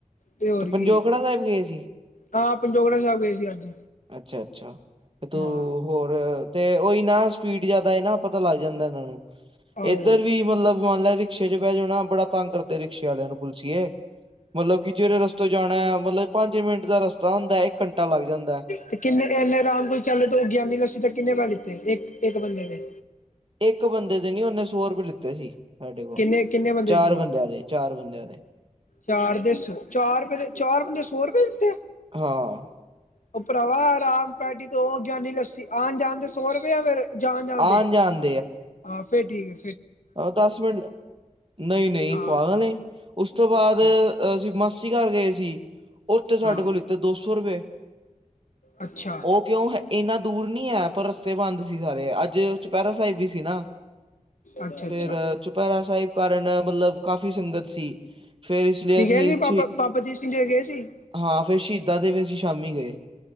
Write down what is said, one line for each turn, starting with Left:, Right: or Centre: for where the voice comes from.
Left: ਤੇ ਹੋਰ
Right: ਪੰਜੋਖੜਾ
Left: ਕੀ
Right: ਸਾਹਿਬ ਗਏ ਸੀ!
Left: ਹਾਂ ਪੰਜੋਗੜਾ ਸਾਹਿਬ ਗਏ ਸੀ ਅੱਜ
Right: ਅੱਛਾ- ਅੱਛਾ ਤੂੰ
Left: ਹਾਂ
Right: ਹੋਰ, ਅ ਤੇ ਉਹੀ ਨਾ ਸਪੀਡ ਜਿਆਦਾ ਨਾ, ਪਤਾ ਲੱਗ ਜਾਂਦਾ ਇਹਨਾਂ ਨੂੰ।
Left: ਆਹੋ
Right: ਏਧਰ ਵੀ ਮਤਲਬ ਮੰਨ ਲੋ ਰਿਕਸ਼ੇ ਚ ਬਹਿ ਜਾਣਾ ਬੜਾ ਤੰਗ ਕਰ ਰਿਕਸ਼ੇ ਵਾਲਿਆਂ ਨੂੰ ਪੁਛੀਏ ਮਤਲਬ ਕਿ, ਓਸ ਤੇ ਜਾਣਾ ਮਤਲਬ ਪੰਜ ਮਿੰਟ ਦਾ ਰਸਤਾ ਹੁੰਦਾ ਇੱਕ ਘੰਟਾ ਲੱਗ ਜਾਂਦਾ।
Left: ਤੇ ਕਿੰਨੇ ਇਨੇ ਅਰਾਮ ਨਾਲ ਚਲੇ ਤੇ ਉਹ ਗਿਆਨੀ ਤੁਸੀਂ ਨੇ ਕਿੰਨੇ ਪੈਸੇ ਲਿੱਤੇ ਇੱਕ -ਇੱਕ ਬੰਦੇ ਦੇ।
Right: ਇੱਕ ਬੰਦੇ ਦੇ ਨੀ, ਉਹਨੇ ਸੌ ਰੁਪਏ ਲਿੱਤੇ ਸੀ। ਸਾਡੇ ਕੋਲ
Left: ਕਿੰਨੇ-ਕਿੰਨੇ ਬੰਦੇ
Right: ਚਾਰ
Left: ਸੀ ਤੁਸੀਂ।
Right: ਬੰਦਿਆਂ ਦੇ ਚਾਰ ਬੰਦਿਆਂ ਦੇ
Left: ਚਾਰ ਦੇ ਸੌ, ਚਾਰ ਰੁਪਏ ਦੇ ਚਾਰ ਬੰਦੇ ਸੌ ਰੁਪਏ ਦਿੱਤੇ।
Right: ਹਾਂ!
Left: ਉਹ ਭਰਾਵਾ ਆਰਾਮ ਪੈਡੀ ਤੋਂ ਉਹ ਗਿਆਨੀ ਲੱਸੀ, ਆਉਣ ਜਾਣ ਤੇ ਸੌ ਰੁਪਇਆ ਫੇਰ। ਜਾਣ -ਜਾਣ
Right: ਆਣ
Left: ਦੇ
Right: ਜਾਣ
Left: ਆਹੋ ਫੇਰ ਠੀਕ ਏ।
Right: ਹ ਦਸ ਮਿੰਟ ਨਈ-ਨਈ
Left: ਹਾਂ
Right: ਪਾਗਲ ਏ, ਉਸ ਤੋਂ ਬਾਅਦ
Left: ਫਿਰ
Right: ਅਸੀਂ ਮਸ ਅਸੀ ਘਰ ਗਏ ਸੀ, ਓਥੇ ਸਾਡੇ
Left: ਹਾਂ
Right: ਕੋਲ ਲੀਤੇ ਦੋ ਸੌ ਰੁਪਏ।
Left: ਅੱਛਾ
Right: ਉਹ ਕਿਉਂ ਹੈ! ਇੰਨਾ ਦੂਰ ਨਈ ਹੈ, ਪਰ ਰਸਤੇ ਬੰਦ ਸੀ ਸਾਰੇ, ਅੱਜ ਚੁਪੈਹਰਾ ਸਾਹਿਬ ਵੀ ਸੀ ਨਾ।
Left: ਅੱਛਾ
Right: ਫੇਰ
Left: ਅੱਛਾ
Right: ਚੁਪਹਿਰਾ ਸਾਹਿਬ ਕਾਰਨ, ਮਤਲਬ ਕਾਫੀ ਸੰਗਤ ਸੀ। ਫੇਰ ਇਸ ਲਈ
Left: ਤੁਸੀ
Right: ਅਸੀਂ
Left: ਗਏ ਸੀ
Right: ਛੇ
Left: ਬਾਬਾ- ਬਾਬਾ ਦੀਪ ਸਿੰਘ ਜੀ ਦੇ ਗਏ ਸੀ।
Right: ਹਾਂ, ਫੇਰ ਸ਼ਹੀਦਾਂ ਦੇ ਵੀ ਅਸੀਂ ਸ਼ਾਮੀ ਗਏ।